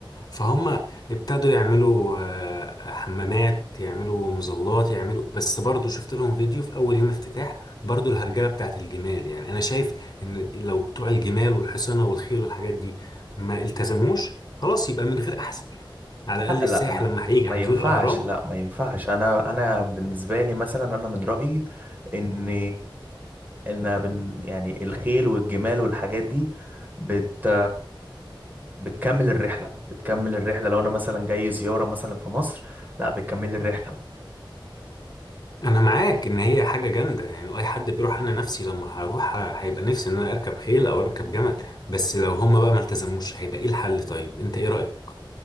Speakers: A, on the left (about 50°); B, on the right (about 20°).
A: فهم ابتدوا يعملوا آه، حمامات يعملوا مظلات يعملوا بس برضو شفت لهم فيديو في اول يوم افتتاح برضو الهرجله بتاعت الجمال يعني انا شايف ان لو بتوع الجمال والحصانه والخيل والحاجات دي ما التزموش خلاص يبقى من غير احسن على الاقل
B: لا
A: السائح
B: لا لا
A: لما هيجي
B: ما
A: هيزور
B: ينفعش
A: الاهرام
B: لا ما ينفعش انا انا بالنسبة لي مثلا انا من رأيي ان ان بن يعني الخيل والجمال والحاجات دي بت بتكمل الرحلة بتكمل الرحلة لو انا مثلا جاي زيارة مثلا في مصر لا بتكمل الرحلة
A: انا معاك ان هي حاجه جامده يعني اي حد بيروح انا نفسي لما هروح ه- هيبقى نفسي ان انا اركب خيل او اركب جمل بس لو هم بقى ما التزموش هيبقى ايه الحل طيب انت ايه رايك